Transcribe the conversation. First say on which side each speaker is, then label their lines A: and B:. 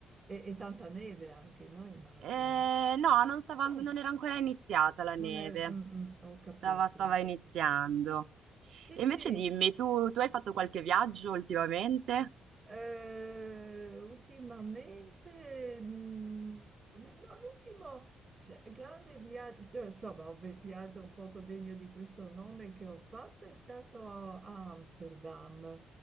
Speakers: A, on the right; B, on the right.
A: E, e tanta neve anche, no? Immagino.
B: Eh, no, non stava,
A: No,
B: an- non era ancora iniziata la
A: non
B: neve,
A: è... mm, mm, ho capito,
B: stava, stava
A: ho
B: iniziando.
A: capito. Sì,
B: E
A: sì,
B: invece dimmi, tu, tu hai fatto qualche viaggio ultimamente?
A: Eh, ultimamente, mh, no, l'ultimo d- grande viaggio, cioè, insomma, un vi- viaggio un poco degno di questo nome che ho fatto è stato a, a Amsterdam,